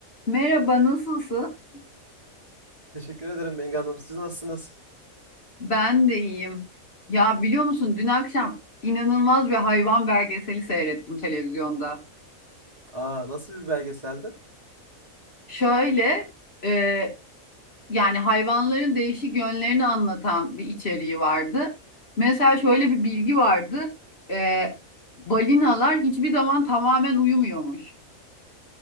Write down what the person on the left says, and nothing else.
Merhaba, nasılsın?
Ben de iyiyim. Ya biliyor musun dün akşam inanılmaz bir hayvan belgeseli seyrettim televizyonda.
Şöyle e, yani hayvanların değişik yönlerini anlatan bir içeriği vardı. Mesela şöyle bir bilgi vardı. E, balinalar hiçbir zaman tamamen uyumuyormuş.